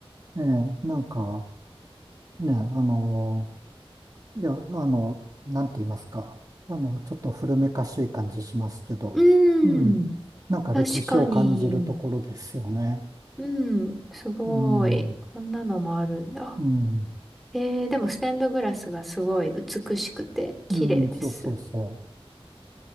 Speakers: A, on the right; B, in the centre.
A: う。ええ、なんか、ね、あの、いや、あの、なんて言いますか。あの、ちょっと古めかしい感じしますけど、
B: う
A: うん。
B: ん。
A: なんか歴史を感じるところですよね。
B: 確かに。うん。すごい。
A: うん。
B: こんなのもあるんだ。
A: うん。
B: えー、でもステンドグラスがすごい美しくて綺麗です。
A: うん、そうそうそう。